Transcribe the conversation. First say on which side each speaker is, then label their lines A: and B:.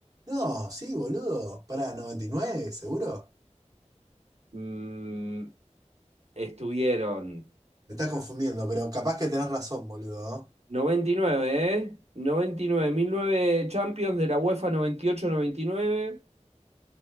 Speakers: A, on the right; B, on the right.
A: No, sí, boludo. Para 99, seguro.
B: mm, estuvieron
A: Me estás confundiendo, pero capaz que tenés razón, boludo,
B: 99, ¿eh? noventa y nueve, mil nueve Champions de la UEFA noventa noventa y ocho noventa y nueve,